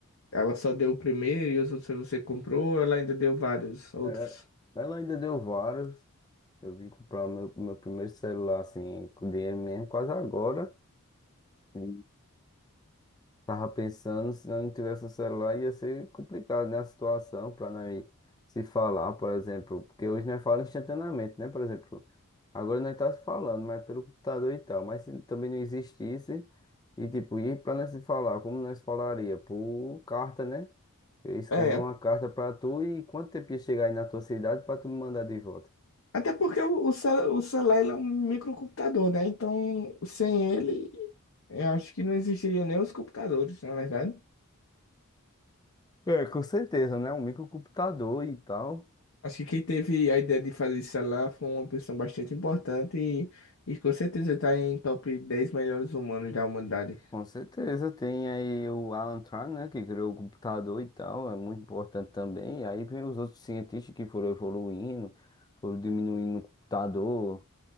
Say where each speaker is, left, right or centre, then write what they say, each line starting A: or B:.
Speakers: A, on the left; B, on the left.
A: Ela só deu o primeiro e os outros você comprou? ou Ela ainda deu vários outros?
B: É, ela ainda deu vários. Eu vim comprar meu, meu primeiro celular, assim, com dinheiro mesmo, quase agora. E tava pensando, se nós não tivesse o celular, ia ser complicado, né? A situação para nós se falar, por exemplo. Porque hoje nós falamos instantaneamente, né? Por exemplo, agora nós tá se falando, mas pelo computador e tal. Mas se também não existisse, e tipo, e para nós se falar, como nós falaria? Por carta, né? Eu ia escrever
A: É,
B: uma carta para tu e quanto tempo ia chegar aí na tua cidade para tu me mandar de volta?
A: até porque o, o, cel- o celular ele é um microcomputador, né? Então, sem ele, Eu acho que não existiria nem os computadores, na verdade.
B: É, com certeza, né? Um microcomputador e tal.
A: Acho que quem teve a ideia de fazer esse celular foi uma pessoa bastante importante e, e com certeza está em top dez melhores humanos da humanidade.
B: Com certeza. Tem aí o Alan Turing, né? Que criou o computador e tal. É muito importante também. E aí vem os outros cientistas que foram evoluindo, foram diminuindo o computador,